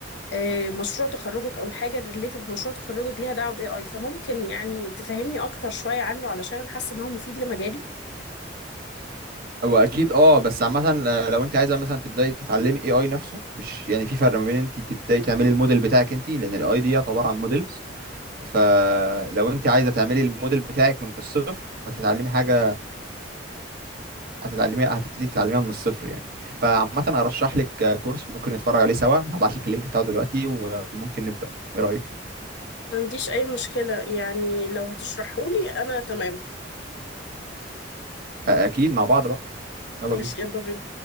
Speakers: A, on the left; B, on the right.
A: آه، مشروع تخرجك او الحاجه ريليتد مشروع تخرجك ليها دعوه باي اي فممكن يعني تفهمني اكتر شويه عنه علشان انا حاسه ان هو مفيد لمجالي
B: هو اكيد اه بس عامه ل- لو انت عايزه مثلا تبداي تتعلمي اي اي نفسه مش يعني في فرق ما بين انت تبداي تعملي الموديل بتاعك انت لان الاي دي يعتبر عن موديلز فلو انت عايزه تعملي الموديل بتاعك من الصفر هتتعلمي حاجه هتتعلمي هتبتدي تتعلميها من الصفر يعني فعامه ارشح لك كورس ممكن نتفرج عليه سوا هبعت لك اللينك بتاعه دلوقتي وممكن نبدا ايه رايك
A: ما عنديش اي مشكله يعني لو هتشرحه لي انا تمام
B: اكيد مع بعض بقى يلا
A: ماشي
B: بينا
A: يلا بينا